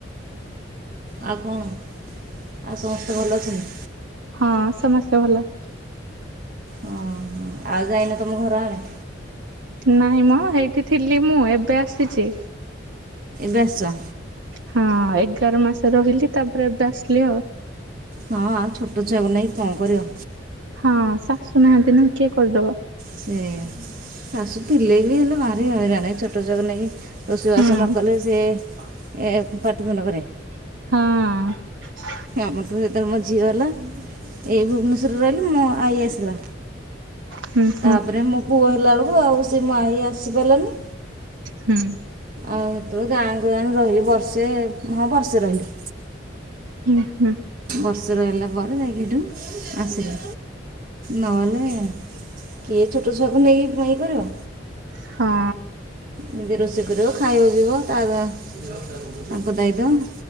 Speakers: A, on the right; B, on the right.
A: ଆଉ କଣ ଆଉ ସମସ୍ତେ ଭଲ ଅଛନ୍ତି।
B: ହଁ ସମସ୍ତେ ଭଲ।
A: ହୁଁ ଆଉ ଯାଇନ ତମ ଘର ଆଡେ।
B: ନାଇଁ ମା ହେଇଠି ଥିଲି ମୁଁ ଏବେ ଆସିଛି।
A: ବେଶ।
B: ହଁ ଏଗାର ମାସ ରହିଲି ତାପରେ ଏବେ ଆସିଲି ଆଉ।
A: ହଁ ଆଉ ଛୋଟ ଛୁଆକୁ ନେଇାଇକ କଣ କରିବ।
B: ହଁ। ନାହାନ୍ତି ନା କିଏ କରିଦବା।
A: ସେଇଆ ଶାଶୁ ଥିଲେବି ଭାରି ହଇରାଣ ଏଇ ଛୋଟ ଛୁଆ କୁ ନେଇକି। ରୋଷେଇବାସ
B: ହୁଁ
A: ନକଲେ ସେ ଏ ପାଟି ତୁଣ୍ଡ କରିବେ।
B: ହଁ।
A: ଆମ ତ ଯେତେବେଳେ ମୋ ଝିଅ ହେଲା ଏଇ ଭୁବନେଶ୍ୱରରେ ରହିଲି ମୋ ଆଇ ଆସିଲା।
B: ହୁଁ ହୁଁ
A: ତାପରେ ମୁଁ। ପୁଅ ହେଲା ବେଳକୁ ଆଉ ସେ ମାଆ ହଇ ଆସିପାରିଲାନି।
B: ହୁଁ।
A: ଆଉ ସେତେବେଳେ ଗାଁ ଗ ଗାଁରେ ରହିଲି ବର୍ଷେ ହଁ ବର୍ଷେ ରହିଲି।
B: ହୁଁ ହୁଁ।
A: ବର୍ଷେ ରହିଲା ପରେ ଯାଇକି ଏଠୁ ଆସିଲେ ନହେଲେ କିଏ ଛୋଟ ଛୁଆକୁ ନେଇକି ଇଏ କରିବ।
B: ହଁ।
A: ନିଜେ ରୋଷେଇ କରିବ ଖାଇବ ପିଇବ ତା ତାଙ୍କ ଦାୟିତ୍ୱ।